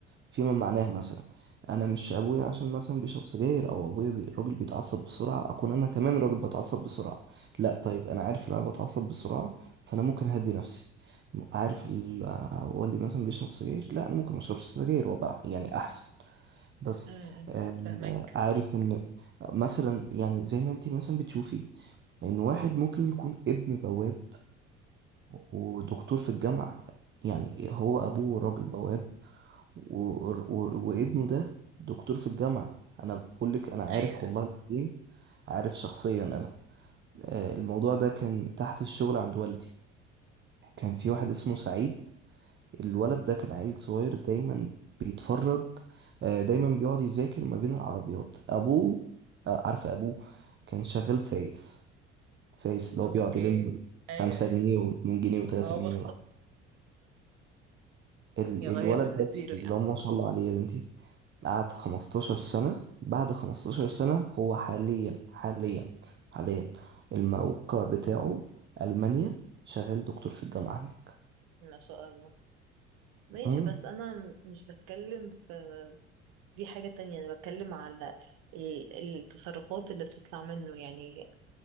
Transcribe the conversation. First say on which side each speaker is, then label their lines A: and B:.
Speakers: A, on the right; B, on the right.
A: فيما معناه مثلا انا مش ابويا عشان مثلا بيشرب سجاير او ابويا بي... راجل بيتعصب بسرعه اكون انا كمان راجل بتعصب بسرعه لا طيب انا عارف ان انا بتعصب بسرعه فانا ممكن اهدي نفسي عارف ال... آه، والدي مثلا بيشرب سجاير لا انا ممكن ما اشربش سجاير وابقى يعني احسن بس
B: امم
A: آه،
B: فهمك
A: عارف ان مثلا يعني زي ما انت مثلا بتشوفي ان واحد ممكن يكون ابن بواب ودكتور في الجامعة يعني هو ابوه راجل بواب و... و... وابنه ده دكتور في الجامعة انا بقول لك انا عارف
B: ايوه
A: والله العظيم عارف شخصيا انا آه، الموضوع ده كان تحت الشغل عند والدي كان في واحد اسمه سعيد الولد ده كان عيل صغير دايما بيتفرج آه، دايما بيقعد يذاكر ما بين العربيات ابوه آه، عارفه ابوه كان شغال سايس سايس اللي هو
B: اوكي
A: بيقعد يلم
B: ايوه
A: خمسة
B: ايوه
A: جنيه واتنين جنيه وتلاتة
B: هو
A: جنيه من الع- ال-
B: يغير
A: الولد ده
B: تيره
A: اللي
B: يعني
A: هو ما شاء الله عليه يا بنتي قعد 15 سنة بعد 15 سنة هو حاليا حاليا حاليا الموقع بتاعه ألمانيا شغال دكتور في الجامعة هناك
B: ما شاء الله ماشي
A: مم.
B: بس انا م- مش بتكلم في دي حاجة تانية انا بتكلم على ال- التصرفات اللي بتطلع منه يعني